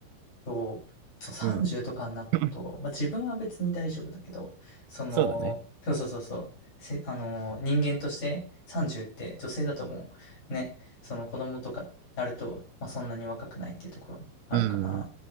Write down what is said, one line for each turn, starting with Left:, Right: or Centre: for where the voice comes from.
Left: そう、そう30とかになると、
Right: うん。<laughs>
Left: まあ、自分は別に大丈夫だけど、その、
Right: そうだね。
Left: そうそうそうそう、せ、あのー、人間として30って女性だともう、ね、その子供とかなると、まあ、そんなに若くないっていうところもあるから、
Right: うん、うん、